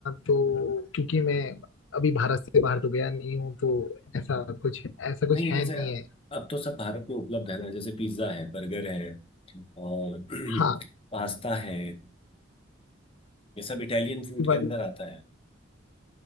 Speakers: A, on the left; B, on the left.
A: तो क्योंकि मैं अभी भारत से बाहर तो गया नहीं हूँ तो ऐसा कुछ ऐसा कुछ
B: नहीं
A: है
B: जैसे
A: नहीं है
B: अब तो सब भारत में उपलब्ध है ना जैसे पिज्ज़ा है बर्गर है और <clears throat>
A: हाँ
B: पास्ता है ये सब इटालियन फूड
A: दिवाली
B: के अंदर आता है